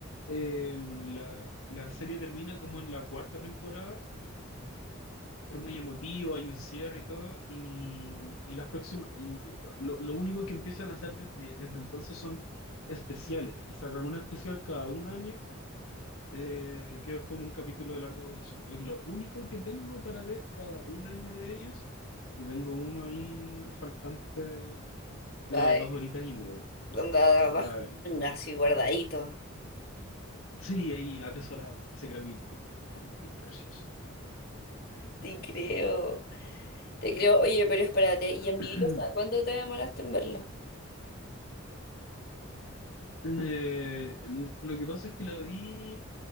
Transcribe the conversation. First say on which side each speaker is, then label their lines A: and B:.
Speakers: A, on the left; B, on the left.
A: eh, la, la serie termina como en la cuarta temporada. Es muy emotivo, hay un cierre y todo. Y, y las próximas, y lo, lo único que empiezan a hacer desde, desde entonces son especiales, que sacan una especial cada un año eh, que es como un capítulo de larga duración. Y es lo único que tengo para ver cada un año de ellos. Y tengo uno ahí faltante de
B: ay,
A: dos horitas y media
B: Onda abajo,
A: para ver.
B: manga, así guardadito.
A: Sí, ahí atesorado ese capítulo. Oh, my precious.
B: Te creo, te creo. Oye, pero espérate, ¿y
A: <clears throat>
B: envidiosa? ¿Cuánto te demoraste en verlo?
A: Eh, n- lo que pasa es que la vi,